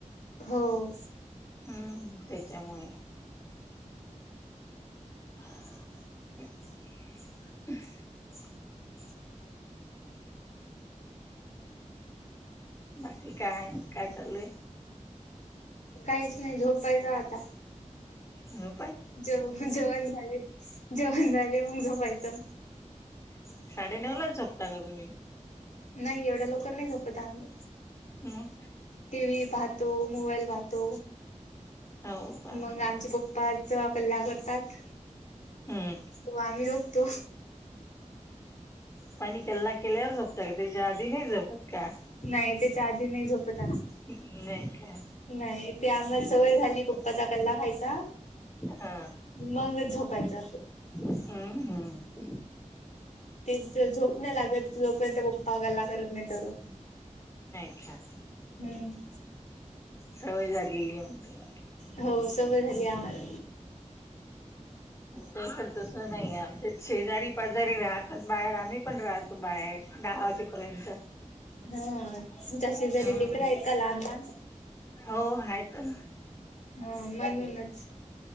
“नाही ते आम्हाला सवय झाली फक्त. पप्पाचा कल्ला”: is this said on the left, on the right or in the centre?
Left